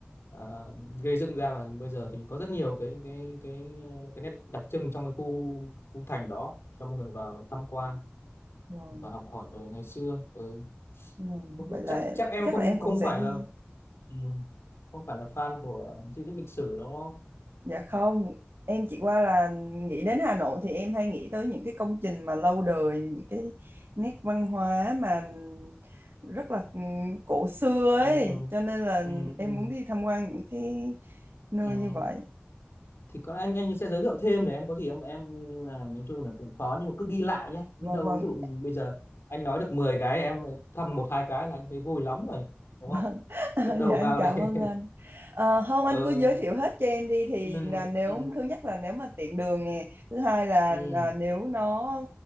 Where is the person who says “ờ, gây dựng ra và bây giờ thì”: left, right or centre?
Left